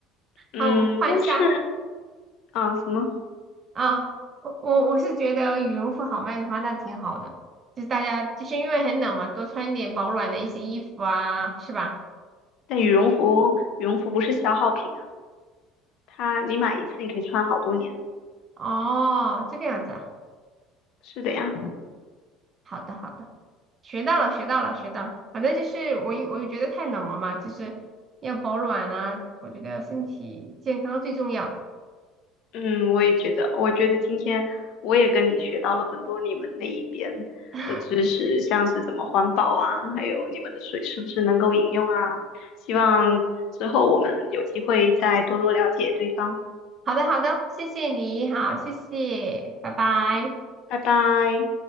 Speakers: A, on the left; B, on the right.
A: 嗯，
B: 好，我们换一下
A: 但是啊，什么？
B: 啊。我我我是觉得羽绒服好卖的话，那挺好的。就是大家就是因为很冷嘛，多穿一点保暖的一些衣服啊，是吧？
A: 但羽绒服，
B: 是
A: 羽绒服不是消耗品啊，它你买一次你可以穿好多年。
B: 哦，这个样子啊。
A: 是的呀，
B: 好的好的，学到了学到了学到了。反正就是我因我觉得太冷了嘛，就是要保暖啊。我觉得身体健康最重要。
A: 嗯，我也觉得，我觉得今天我也跟你学到了很多你们那一边的知识，
B: <laughs>
A: 像是怎么环保啊，还有你们的水是不是能够饮用啊？希望之后我们有机会再多多了解对方。
B: 好的，好的，谢谢你，好，谢谢，拜拜。
A: 啊，拜拜。